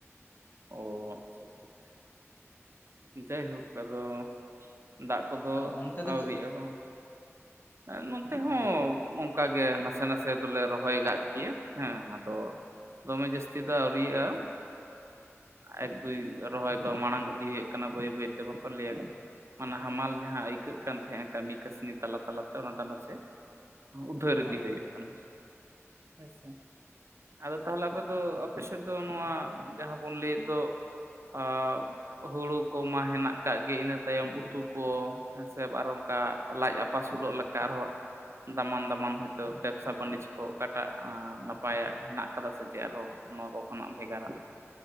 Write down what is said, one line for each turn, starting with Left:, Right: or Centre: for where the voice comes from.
Right: ᱚ ᱟᱪᱪᱷᱟ ᱟᱪᱪᱷᱟ ᱟᱪᱪᱷᱟ ᱡᱟᱭᱦᱳᱠ ᱟᱫᱚ ᱫᱟᱜ ᱠᱚᱫᱚ
Left: ᱟᱨ ᱚᱱᱛᱮ ᱫᱚ
Right: ᱟᱹᱣᱨᱤᱭᱟᱜᱼᱟ
Left: ᱪᱮᱫ ᱞᱮᱠᱟ
Right: ᱵᱟᱝ ᱱᱚᱱᱚᱛᱮ ᱦᱚᱸ
Left: ᱟᱣᱨᱤ
Right: ᱚᱱᱠᱟ ᱜᱮ ᱱᱟᱥᱮ ᱱᱟᱥᱮ ᱫᱚᱞᱮ ᱨᱚᱦᱚᱭ ᱠᱟᱜ ᱜᱮᱭᱟ ᱦᱮᱸ ᱟᱫᱚ ᱫᱚᱢᱮ ᱡᱟᱹᱥᱛᱤ ᱫᱚ ᱟᱹᱣᱨᱤᱭᱟᱹᱜᱼᱟ ᱮᱠᱴᱩᱭ ᱨᱚᱦᱚᱭ ᱫᱚ ᱢᱟᱲᱟᱝ ᱤᱫᱤᱭᱮᱫ ᱠᱟᱱᱟ ᱵᱟᱹᱭ ᱵᱟᱹᱭ ᱛᱮ ᱵᱟᱠᱚ ᱞᱹᱭᱟ ᱢᱟᱱᱮ ᱦᱟᱢᱟᱞ ᱡᱟᱦᱟᱸ ᱟᱹᱭᱠᱟᱹᱜ ᱠᱟᱱ ᱛᱟᱦᱮᱸᱼᱟ ᱠᱟᱹᱢᱤ ᱠᱟᱹᱥᱱᱤ ᱛᱟᱞᱟ ᱛᱟᱞᱟᱛᱮ ᱚᱱᱟ ᱫᱚ ᱱᱟᱥᱮ ᱩᱫᱷᱟᱹᱨ
Left: ᱦᱮᱸ
Right: ᱤᱫᱤ ᱦᱩᱭᱩᱜ ᱠᱟᱱᱟ ᱦᱳᱭ ᱥᱮ ᱟᱫᱚ ᱛᱟᱦᱚᱞᱮ ᱟᱯᱮ ᱫᱚ ᱟᱯᱮ ᱥᱮᱫ ᱫᱚ ᱱᱚᱣᱟ ᱡᱟᱦᱟᱸ ᱵᱚᱱ ᱞᱟᱹᱭᱮᱫ ᱫᱚ ᱟ ᱦᱩᱲᱩ ᱠᱚᱢᱟ ᱦᱮᱱᱟᱜ ᱠᱟᱜ ᱜᱮ ᱤᱱᱟᱹ ᱛᱟᱭᱚᱢ ᱩᱛᱩ ᱠᱚ ᱦᱮᱸᱥᱮ ᱟᱨ ᱚᱱᱠᱟ ᱞᱟᱡ ᱟᱯᱟᱥᱩᱞᱚᱜ ᱞᱮᱠᱟ ᱟᱨᱦᱚᱸ ᱫᱟᱢᱟᱱ ᱫᱟᱢᱟᱱ ᱦᱚᱳᱭᱛᱳ ᱵᱮᱵᱽᱥᱟ ᱵᱟᱹᱱᱤᱡᱽ ᱠᱚ ᱚᱠᱟᱴᱟᱜ ᱱᱟᱯᱟᱭᱟᱜ ᱦᱮᱱᱟᱜ ᱟᱠᱟᱫᱟ ᱥᱮ ᱪᱮ ᱟᱨᱦᱚᱸ ᱱᱚᱣᱟ ᱠᱚ ᱠᱷᱚᱱᱟᱜ ᱵᱷᱮᱜᱟᱨᱟ